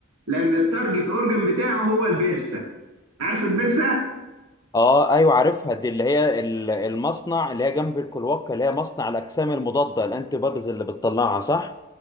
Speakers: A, on the right; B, on the left.
A: لان التارجت اورجن بتاعه هو البرسه عارف البرسه
B: اه ايوه عارفها دي اللي هي ال- المصنع اللي هي جنب الكلوكه اللي هي مصنع الاجسام المضاده الانتي بوديز اللي بتطلعها صح